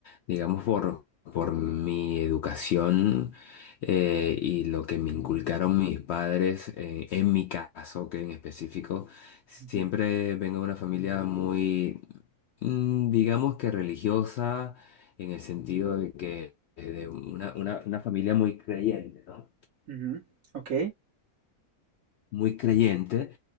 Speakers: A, on the left (about 65°); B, on the right (about 65°).
A: digamos, por, por mi educación eh, y lo que me inculcaron mis padres, eh, en mi caso, que en específico, siempre
B: Ujú,
A: vengo de una familia muy, mm, digamos que religiosa, en el sentido de que eh, de una, una, una familia muy creyente, ¿no?
B: ujú, ok,
A: Muy creyente